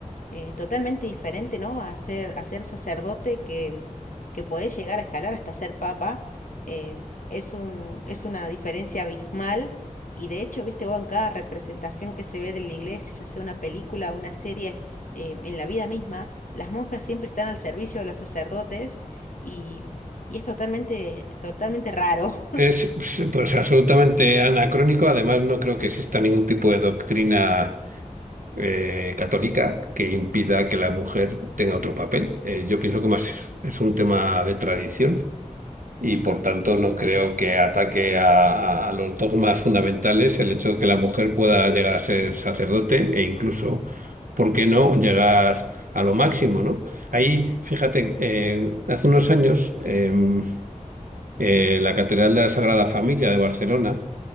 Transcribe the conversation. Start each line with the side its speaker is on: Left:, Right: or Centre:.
Left: eh, totalmente diferente, ¿no? a ser, a ser sacerdote que, que podés llegar a escalar hasta ser papa. eh, es un, es una diferencia abismal. Y de hecho, viste vos, en cada representación que se ve de la iglesia, ya sea una película, una serie, eh, en la vida misma, las monjas siempre están al servicio de los sacerdotes y, y es totalmente, totalmente raro,
Right: Es pues absolutamente anacrónico, además no creo que exista ningún tipo de doctrina eh, católica que impida que la mujer tenga otro papel. Eh, yo pienso que más es, es un tema de tradición y por tanto no creo que ataque a, a- a los dogmas fundamentales el hecho de que la mujer pueda llegar a ser sacerdote e incluso, ¿por qué no?, llegar a lo máximo, ¿no? Ahí, fíjate, eh, hace unos años... em, eh, la Catedral de la Sagrada Familia de Barcelona